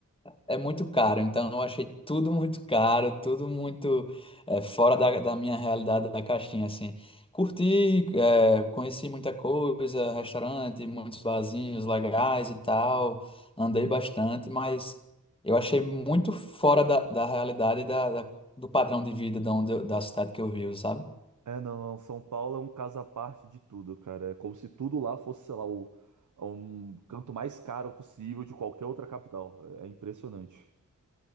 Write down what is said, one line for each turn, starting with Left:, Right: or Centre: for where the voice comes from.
Left: é muito caro, então eu achei tudo muito caro, tudo muito é, fora da, da minha realidade da caixinha, assim. Curti, é, conheci muita coisa, restaurante, muitos barzinhos legais e tal, andei bastante, mas eu achei muito fora da, da realidade da, da- do padrão de vida da, onde eu- da cidade que eu vivo, sabe?
Right: É, não, não, São Paulo é um caso à parte de tudo, cara. É como se tudo lá fosse, sei lá, o, é um canto mais caro possível de qualquer outra capital. É impressionante.